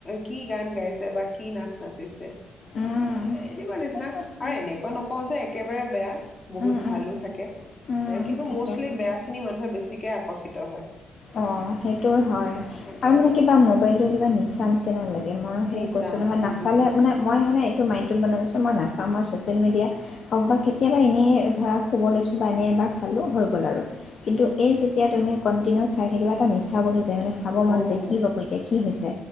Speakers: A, on the left; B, on the left.
A: কি গান গাইছে বা কি নাচ নাচিছে।
B: উম
A: এ-এনেকুৱা নিচিনা
B: সেইটো হয়।
A: আৰু এনেকুৱা নকওঁ যে একেবাৰে বেয়া, বহুত
B: উম উম
A: ভালো থাকে
B: উম
A: এ কিন্তু
B: থাকে
A: মোষ্টলি
B: থাকে
A: বেয়াখিনি মানুহে বেছিকে আকৰ্ষন ট হয়
B: অঁ সেইটো হয়
A: সেইটোৱে
B: আৰু মানে
A: হয়
B: কিবা মবাইলটো কিবা নিচা নিচিনা লাগে মই সেই
A: নিচা
B: কৈছো নহয় নাচালে
A: উম
B: মানে, মই মানে মাইণ্ডটো বনাই লৈছো মই নাচাও, মই ছচিয়েল মিডিয়া হওক বা কেতিয়াবা এনেই ধৰা শুব লৈছোঁ বা এনেই এবাৰ চালোঁ হৈ গল' আৰু কিন্তু এ যেতিয়া তুমি কনটিনিৱাছ চাই থাকিবা এটা নিচা বনি যা এতিয়া মানে চাব মন
A: অ উম
B: যায় কি হ'ব, এতিয়া কি হৈছে,